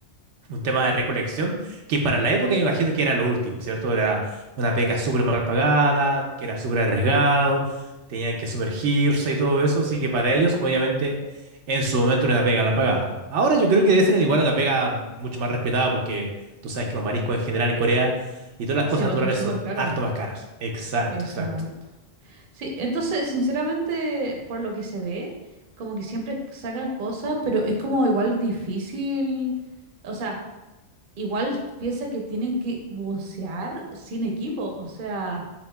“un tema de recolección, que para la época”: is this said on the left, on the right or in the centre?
Right